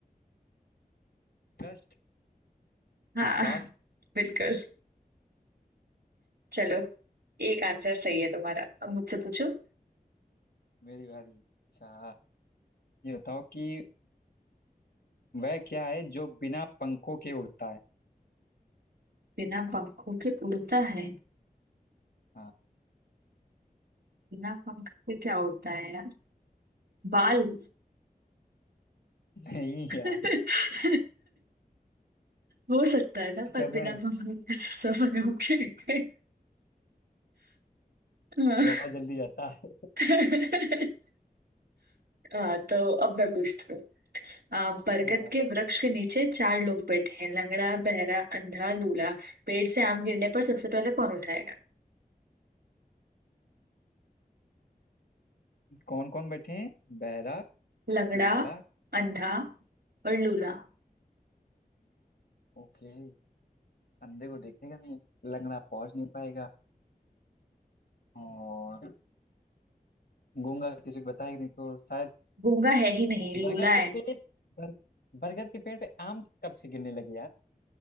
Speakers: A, on the left (about 80°); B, on the right (about 85°).
A: ट्रस्ट
B: हाँ
A: विश्वास
B: <laughs> बिल्कुल चलो एक आंसर सही है तुम्हारा अब मुझसे पूछो
A: मेरी बारी अच्छा ये बताओ कि वह क्या है जो बिना पंखों के उड़ता है
B: बिना पंखों के उड़ता है
A: हाँ
B: बिना पंख के क्या होता है यार बाल
A: <laughs> नहीं
B: <laughs>
A: यार
B: हो सकता है ना
A: समझ
B: पर बिना पंखों के तो समय हो गए हाँ
A: बहुत जल्दी जाता है
B: <laughs> हाँ, तो अब मैं पूछती हूँ आ, बरगद
A: हाँ
B: के वृक्ष के नीचे चार लोग बैठे हैं लंगड़ा बहरा अंधा लूला पेड़ से आम गिरने पर सबसे पहले कौन उठाएगा
A: कौन कौन बैठे हैं बहरा
B: लंगड़ा
A: लंगड़ा
B: अंधा और लूला
A: ओके अंधे को देखेगा नहीं लंगड़ा पहुंच नहीं पाएगा और गूंगा किसी को बताएगा नहीं तो शायद
B: गूंगा है ही नहीं
A: बरगद
B: लूला है
A: के पेड़ बर, बरगद के पेड़ पे आम कब से गिरने लगे यार